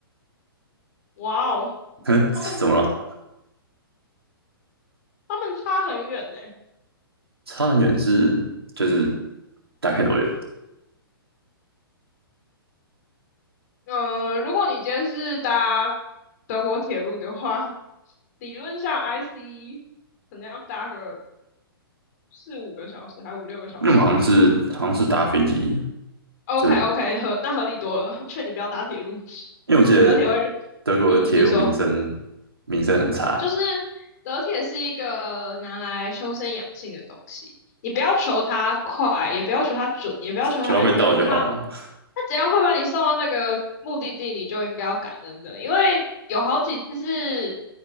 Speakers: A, on the left; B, on the right.
A: 哇哦，
B: <laughs> 哼，怎么了？
A: 他们他们差很远呢、
B: 差很远是就是大概多远？
A: 呃，如果你今天是搭德国铁路的话，理论上 IC 可能要搭个四五个小时，还五六个小时吧。
B: 因为我们好像是好像是搭飞机，
A: OK
B: 就因
A: OK，合那合理多了，劝你不要搭铁路，<laughs>
B: 为我记得
A: 德铁会，嗯，
B: 德国的铁路名声
A: 你说，
B: 名声很差，
A: 就是德铁是一个拿来修身养性的东西，你不要求它快，也不要求它准，也不要求它安全，
B: 只要会到就好了，
A: 它它只要会把你送到那个目的地，你就应该要感恩的，因为有好几次是。